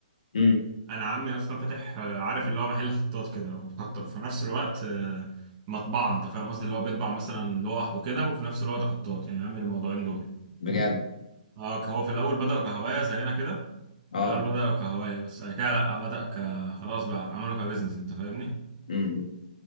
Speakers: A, on the left; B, on the right.
A: امم
B: انا عمي اصلا فاتح آه، عارف اللي هو محل خطاط كده وفي خط- في نفس الوقت آه، مطبعه انت فاهم قصدي اللي هو بيطبع مثلا لوح وكده وفي نفس الوقت خطاط يعني عامل الموضوعين دول
A: بجد
B: اه هو في الاول بدأ كهوايه زينا كده
A: اه
B: في الاول بدأ كهوايه بس بعد كده لا بدأ ك خلاص بقى عمله كبزنس انت فاهمني
A: امم